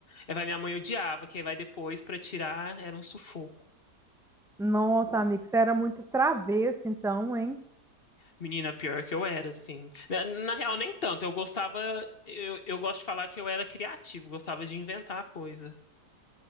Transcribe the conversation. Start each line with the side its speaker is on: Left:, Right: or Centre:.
Left: Aí vai, minha mãe odiava, quem vai depois pra tirar era um sufoco.
Centre: Nossa, amigo, você era muito travesso, então, hein?
Left: Menina, pior que eu era, assim. Na, na real, nem tanto. Eu gostava, eu, eu gosto de falar que eu era criativo, gostava de inventar coisa.